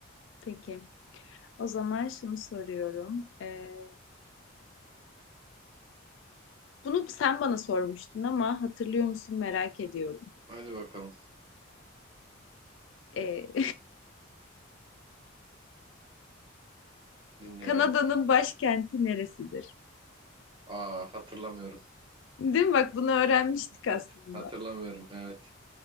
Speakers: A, on the left (about 70°); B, on the right (about 25°).
A: Peki. O zaman şunu soruyorum. Ee, bunu sen bana sormuştun ama hatırlıyor musun merak ediyorum.
B: Hadi bakalım.
A: Ee, <laughs>
B: Dinliyorum.
A: Kanada'nın başkenti neresidir?
B: Aa hatırlamıyorum.
A: Değil mi? Bak bunu öğrenmiştik aslında.
B: Hat hatırlamıyorum evet.